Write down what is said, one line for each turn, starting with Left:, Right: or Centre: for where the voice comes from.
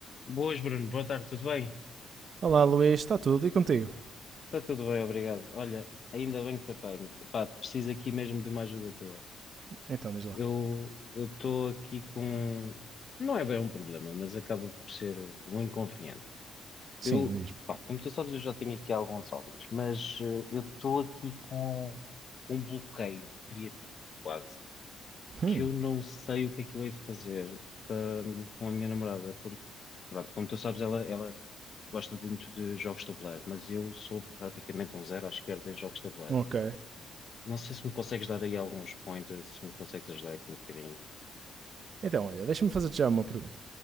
Left: Boas, Bruno. Boa tarde, tudo bem?
Right: Olá Luís, está tudo e contigo?
Left: Está tudo bem, obrigado. Olha, ainda bem que te apanho. Pá, preciso aqui mesmo de uma ajuda tua.
Right: Então diz lá.
Left: Eu eu estou aqui com. Não é bem um problema, mas acaba por ser um inconveniente.
Right: Sim,
Left: Eu,
Right: diz-me.
Left: pá, como tu sabes, eu já tenho aqui alguns hobbies, mas eh, eu estou aqui com, com um bloqueio criativo, quase,
Right: Hum,
Left: que eu não sei o que é que eu hei de fazer hum, com a minha namorada, porque, pronto, como tu sabes, ela, ela gosto muito de jogos de tabuleiro, mas eu sou praticamente um zero à esquerda em jogos de tabuleiro.
Right: ok.
Left: Não sei se me consegues dar aí alguns pointers, se me consegues ajudar aqui um bocadinho.
Right: Então olha, deixa-me fazer-te já uma pergunta.